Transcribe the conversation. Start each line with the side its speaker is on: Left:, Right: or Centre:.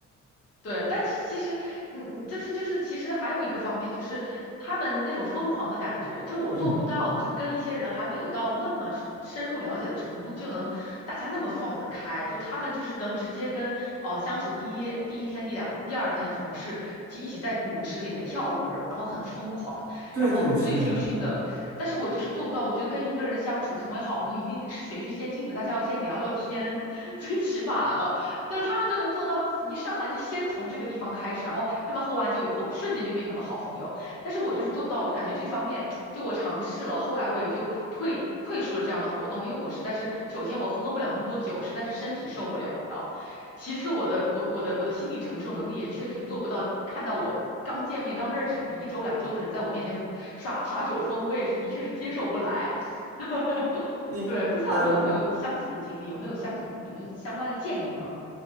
Left: 对，但是其实，嗯，嗯就是就是，其实还有一个方面，就是他们那种疯狂的感觉，就是我做不到，
Right: 嗯，
Left: 就是跟一些人还没有到那么深深入了解的程度，就能大家那么放得开，就他们就是能直接跟哦相处第一第一天、第两第二天的同事就一起在舞池里面跳舞，然后很疯狂，
Right: 对对是这样。
Left: 然后醉醺醺的。但是我就是做不到，我觉得跟一个人相处成为好朋友一定是循序渐进的，大家要先聊聊天，<laughs> 最起码的。但是他们就能做到一上来就先从这个地方开始，然后他们喝完酒以后瞬间就变成了好朋友。但是我就是做不到，我就感觉这方面就我尝试了，后来我也就退退出了这样的活动，因为我实在是首先我喝不了那么多酒，实在是身体受不了，其次我的我我的我的心理承受能力也确实是做不到，看到我。刚见面、刚认识一周两周的人，在我面前耍耍酒疯，我也是的确是接受不来。<laughs>
Right: 你嗯
Left: 对，不知道你有没有相似的经历，有没有相同，有没有相关的建议呢？